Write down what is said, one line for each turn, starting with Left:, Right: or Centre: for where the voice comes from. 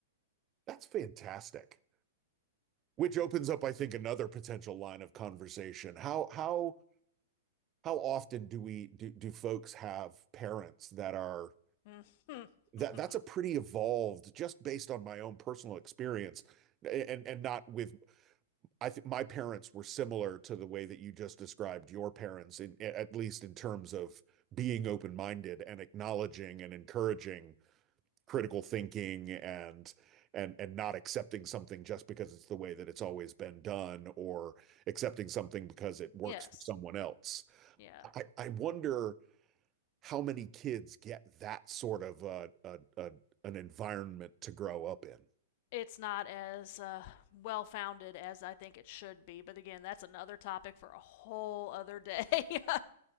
Right: That's fantastic. Which opens up, I think, another potential line of conversation. How how how often do we do, do folks have parents that are
Left: <laughs>
Right: that
Left: Mm-hmm.
Right: that's a pretty evolved, just based on my own personal experience, and and not with I think my parents were similar to the way that you just described your parents, in, at least in terms of being open-minded and acknowledging and encouraging critical thinking and and and not accepting something just because it's the way that it's always been done or accepting something because it works
Left: Yes.
Right: for someone else.
Left: Yeah.
Right: I, I wonder how many kids get that sort of a, a, a an environment to grow up in.
Left: It's not as uh, well founded as I think it should be, but again, that's another topic for a whole other day. <laughs>